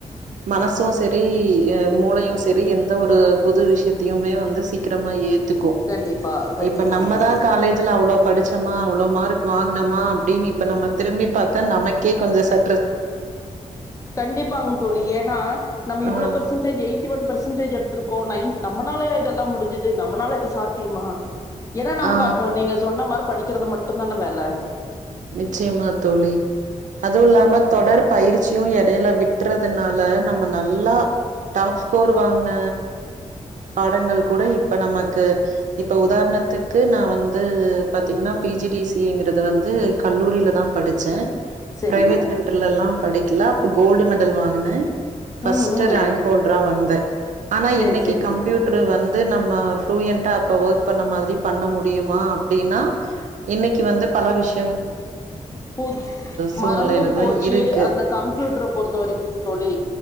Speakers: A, on the right; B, on the left.
A: மனசு சரி யே மூளையு சரி எந்த ஒரு புது விஷயத்தையுமே வந்து சீக்கிரமா ஏத் துக்கு
B: கண்டிப்பா கண்டிப்பாங்
A: இப்ப நம்மதா
B: தோழி
A: காலேஜ்ல அவ்ளோ படிச்சமா அவ்ளோ மார்க் வாங்குனமா அப்டின்னு இப்ப நம்ம திரும்பி பாத் தா நமக்கே கொஞ்ச ச
B: கண்டிப்பாங்க தோழி ஏன்னா நம்ம
A: ஆ,
B: இவ்ளோ percentage eighty one percentage எடுத்திருக்கோ நைன் நம்மனாலயா இதெல்லா முடிஞ்சுது நம்மனால இது சாத்தியமா ஏன்னா நமக்கு
A: ஆ,
B: அப்போ நீங்க சொன்ன மார படிக்கறது மட்டுந்தான வேல
A: நிச்சயமா தோழி அதுவு இல்லாம தொடர் பயிற்சியு எ டையில விட்றதுனால நம்ம நல்லா டாப் ஸ்கோர் வாங்ன பாடங்கள் கூட இப்ப நம க்கு இப்ப உதாரணத்துக்கு நா வந்து பாத்தீங்ன்னா P G D C A ங்கிறது வந் கல்லூரிலதா படி ச்சே
B: சரிங்க
A: பிரைவேட் சென்டர்லல்லா படிக்கல அப்ப கோல்டு மெடல் வாங்குனே ஃபஸ்ட்டு
B: ம் ம்
A: ரேங்க் ஹோல்டரா வந்தே ஆனா
B: சேரி
A: இன்னக்கி
B: சேரி
A: கம்ப்யூட்டரு
B: சேரி
A: வந்து நம்ம ஃப்ளூயன்ட்டா அப்ப ஒர்க் பண்ண மாதிரி பண்ண முடியுமா அப்டின்னா இன்னக்கி வந்து பல விஷ
B: பு
A: சூழ்நிலையில
B: மறந்தும் போச்சு
A: தான் இருக்கு
B: அந்த கம்யூட்டர பொறுத்த வரைக்கு தோழி